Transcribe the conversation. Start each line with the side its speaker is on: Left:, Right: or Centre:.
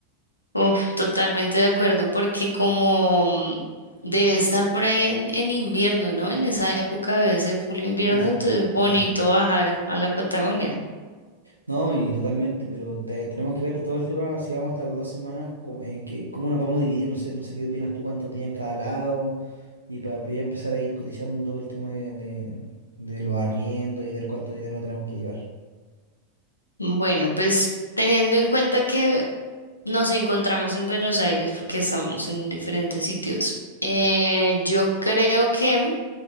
Left: Uf, totalmente de acuerdo, porque como mm, debe estar por ahí en, en invierno, ¿no? En esa época debe ser full invierno,
Right: Sí, sí,
Left: entonces
Right: sí.
Left: bonito
Right: Totalmente.
Left: bajar a la Patagonia.
Right: No, y totalmente, pero te- tenemos que ver todo el tema, si vamos a estar dos semanas, co- en que, cómo nos vamos a dividir, no sé, no sé qué opinas tú, cuántos días en cada lado, y para ya empezar a ir cotizando todo el tema de, de, de los arriendos y ver cuánto dinero tenemos que llevar.
Left: Bueno, pues teniendo en cuenta que Nos encontramos en Buenos Aires porque estamos en diferentes sitios. Eh, yo creo que